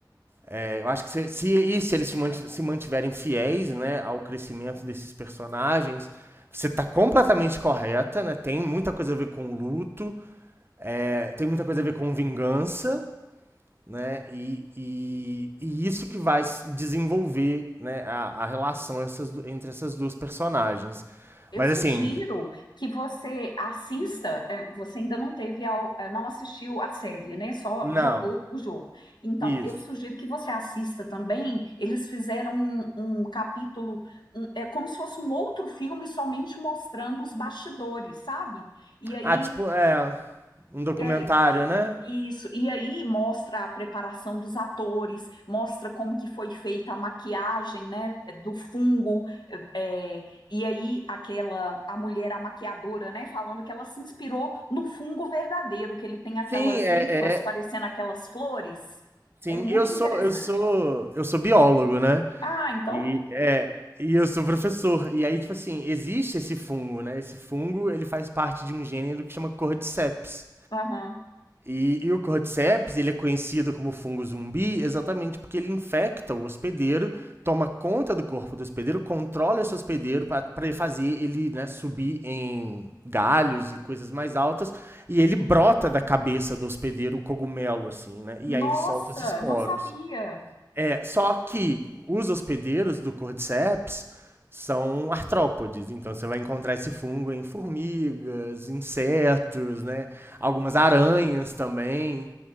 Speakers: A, on the right; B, on the left.
A: é, eu acho que se, se, e se eles se mantiverem fiéis né, ao crescimento desses personagens, você tá completamente correta, né? Tem muita coisa a ver com luto, é, tem muita coisa a ver com vingança, né? E, e- e isso que vai desenvolver né, a, a relação essas entre essas duas personagens.
B: Eu
A: Mas
B: sugiro
A: assim,
B: que você assista. eh, Você ainda não teve, ao- eh, não assistiu a série, né? Só
A: não,
B: jogou o jogo. Então,
A: isso.
B: eu sugiro que você assista também. Eles fizeram um, um capítulo, um- é como se fosse um outro filme, somente mostrando os bastidores, sabe? E aí,
A: Ah, tipo, é um documentário,
B: é,
A: né?
B: isso, e aí mostra a preparação dos atores, mostra como que foi feita a maquiagem, né, do fungo, é, é, e aí aquela, a mulher, a maquiadora, né, falando que ela se inspirou no fungo verdadeiro, que ele tem aquelas
A: Sim, é, é,
B: hifas parecendo aquelas flores,
A: sim.
B: é muito
A: Eu sou,
B: interessante.
A: eu sou, eu sou biólogo, né?
B: Ah, então,
A: E é, e eu sou professor. E aí, tipo assim, existe esse fungo, né? Esse fungo, ele faz parte de um gênero que chama Cordyceps.
B: aham.
A: E, e o cordyceps, ele é conhecido como fungo zumbi exatamente porque ele infecta o hospedeiro, toma conta do corpo do hospedeiro, controla esse hospedeiro para fazer ele né, subir em galhos e coisas mais altas, e ele brota da cabeça do hospedeiro o cogumelo, assim, né? E
B: Nossa,
A: aí ele solta os esporos.
B: não sabia.
A: É, só que os hospedeiros do Cordyceps são artrópodes, então você vai encontrar esse fungo em formigas, insetos, né? Algumas aranhas também.